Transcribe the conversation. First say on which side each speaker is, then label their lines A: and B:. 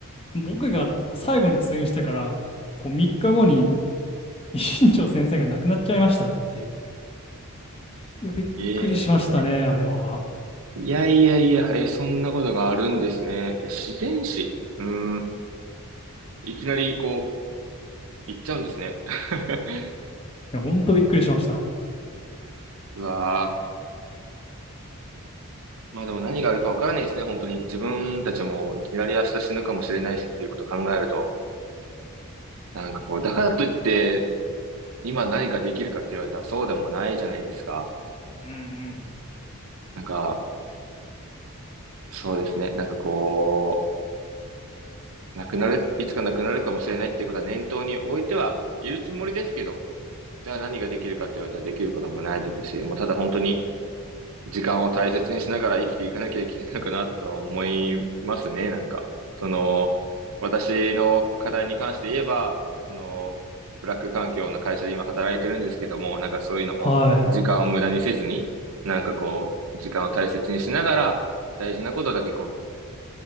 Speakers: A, on the left; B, on the right.
A: 僕が最後に通院してから、もう3日後に、<laughs> 一新長先生が亡くなっちゃいましたって。いや、びっくりしましたね、
B: ええ、
A: あれは。
B: いやいやいや、え、そんなことがあるんですね。いや、自然史。うーん。いきなり、こう、言っちゃうんですね。<laughs>
A: や、ほんとびっくりしました。
B: うわー。まあでも何があるかわからないですね、本当に。自分たちもいきなり明日死ぬかもしれないしっていうことを考えると、なんかこう、だからといって、今何かできるかって言われたらそうでもないじゃないですか。
A: うんうん。
B: なんか、そうですね。なんかこう、なくなる、いつかなくなるかもしれないっていうことは念頭に置いてはいるつもりですけど、じゃあ何ができるかって言われたらできることもないですし、もうただ本当に、時間を大切にしながら生きていかなきゃいけないのかなとは思いますね、なんか。その、私の課題に関して言えば、その、ブラック環境の会社で今働いてるんですけども、なんかそういうのも、
A: はい。
B: 時間を無駄にせずに、なんかこう、時間を大切にしながら、大事なことだけこう、